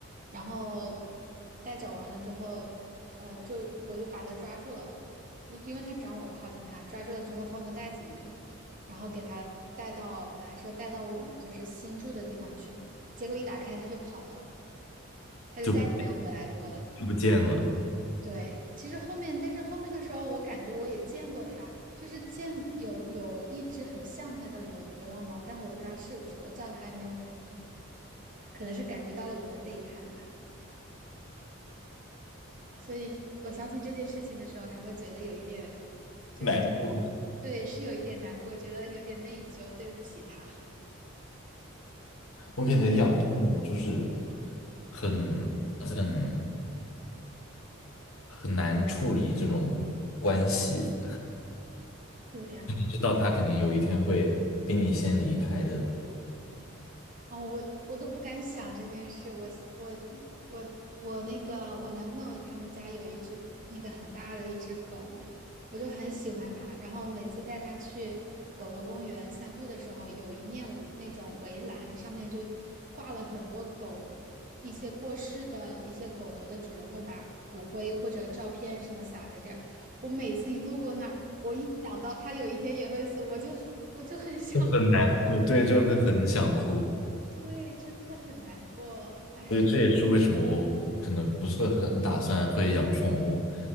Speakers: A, on the right (about 35°); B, on the left (about 80°).
A: 然后带走完了之后，呃，就我就把它抓住了，因因为它只让我靠近它，抓住了之后放到袋子里面，然后给它带到本来说带到我们就是新住的地方去嘛，结果一打开它就跑了，它就再也没有回来过了。
B: 就不就不见了。
A: 对，其实后面，但是后面的时候，我感觉我也见过它，就是见有有一只很像它的流流浪猫，但我不知道是不是，我叫它还没有反应，可能是感觉到了我的背叛吧。所以我想起这件事情的时候，还会觉得有一点，就是
B: 难过，
A: 对，是有一点难过，觉得有点内疚，对不起它。
B: 我感觉养动物就是很很很难处理这种关系。
A: 对呀、
B: 知道他肯定有一天会比你先离开的，
A: 哦，我我都不敢想这件事。我我我我那个我男朋友他们家有一只那个很大的一只狗嘛，我就很喜欢它。然后每次带它去狗狗公园散步的时候，有一面那种围栏上面就挂了很多狗，一些过世的一些狗狗的主人会把骨灰或者照片什么撒在这儿。我每次一路过那儿，我一想到它有一天也会死，我就我就很想
B: 很难过，对，就会很想哭。
A: 对，真的很难过。哎呀，
B: 所以这也是为什么我可能不是很打算会养宠物，